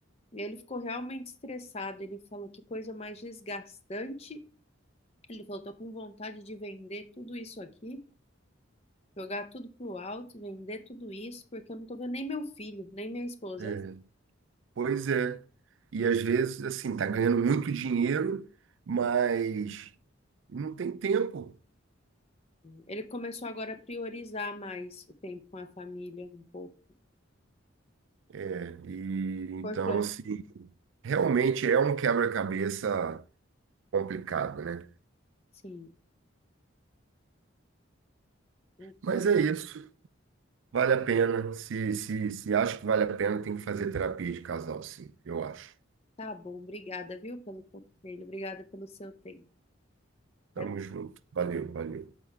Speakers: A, on the left (about 30°); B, on the right (about 65°).
A: E ele ficou realmente estressado. Ele falou que coisa mais desgastante. Ele falou: tô com vontade de vender tudo isso aqui, jogar tudo pro alto, vender tudo isso, porque eu não tô vendo nem meu filho, nem minha esposa.
B: né? Pois é. E às vezes, assim, tá ganhando muito dinheiro, mas não tem tempo.
A: Ele começou agora a priorizar mais o tempo com a família, um pouco.
B: É, E então,
A: Importante.
B: assim, realmente é um quebra-cabeça complicado, né?
A: Sim. Então,
B: Mas é isso. Vale a pena. Se, se, se acha que vale a pena, tem que fazer terapia de casal, sim, eu acho.
A: tá bom. Obrigada, viu, pelo conselho. Obrigada pelo seu tempo.
B: Tamo
A: Até
B: junto. Valeu, valeu.